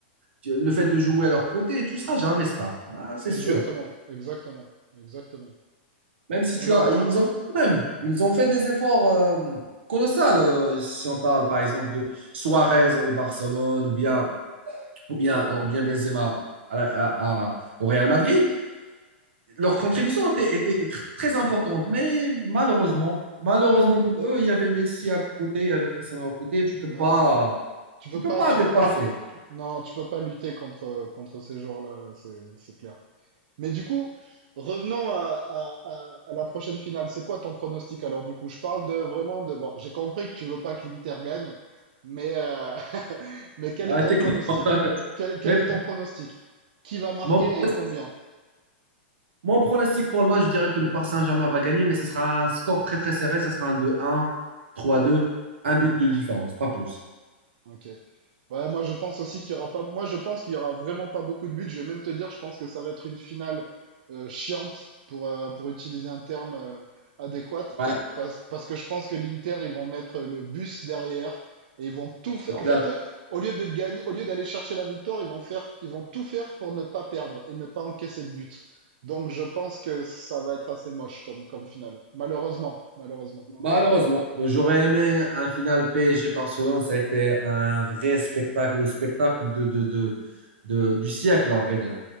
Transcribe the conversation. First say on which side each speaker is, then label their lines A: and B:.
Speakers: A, on the right; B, on the right.
A: Tu- Le fait de jouer à leur côté, tu seras jamais star. Bah, c'est
B: exactement,
A: sûr.
B: exactement, exactement.
A: Même si tu
B: Non, non,
A: as,
B: mais
A: ils
B: hop,
A: ont même, ils ont fait des efforts euh, colossaux. euh, si on parle par exemple de Suarez au Barcelone ou bien ou bien ou bien Benzema à la- à- à- au Real Madrid. leur contribution était, était, était très importante, mais malheureusement, malheureusement pour eux, il y avait Messi à côté, il y avait Cristiano à côté, tu peux
B: ouais.
A: pas,
B: Tu
A: tu
B: peux
A: peux
B: pas,
A: pas
B: tu
A: dépasser.
B: peux pas, lu- non, tu peux pas lutter contre contre ces joueurs-là, c'est c'est clair. Mais du coup, revenons à, à, à, à la prochaine finale. C'est quoi ton pronostic alors du coup? Je parle de vraiment de, bon, j'ai compris que tu veux pas que l'Inter gagne, mais euh, Mais quel
A: Bah,
B: est ton
A: techniquement.
B: pronostic?
A: <laughs>
B: Quel, quel
A: Mais
B: est ton pronostic? Qui va marquer
A: mon, pronostic-
B: et combien?
A: mon pronostic pour le match, je dirais que le Paris Saint-Germain va gagner, mais ce sera un score très très serré, ce sera un deux un trois deux un but de différence, pas plus.
B: Ok. Ouais, moi je pense aussi qu'il y aura pas. Moi je pense qu'il y aura vraiment pas beaucoup de buts. Je vais même te dire, je pense que ça va être une finale euh, chiante pour euh, pour utiliser un terme euh, adéquat,
A: Ouais,
B: parce parce que je pense que l'Inter ils vont mettre le bus derrière et ils vont tout
A: c'est
B: faire.
A: clair.
B: En fait, eux, au lieu de gagner, au lieu d'aller chercher la victoire, ils vont faire, ils vont tout faire pour ne pas perdre et ne pas encaisser de but. Donc je pense que ça va être assez moche comme comme finale. Malheureusement, malheureusement.
A: Malheureusement, j'aurais aimé un final PSG-Barcelone, ça a été un vrai spectacle, le spectacle de, de, de, de- du siècle, à vrai dire.